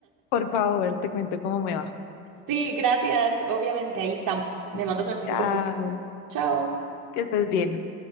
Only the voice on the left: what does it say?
Por favor, te cuento cómo me va.
<laughs>
Chao,
que estés bien.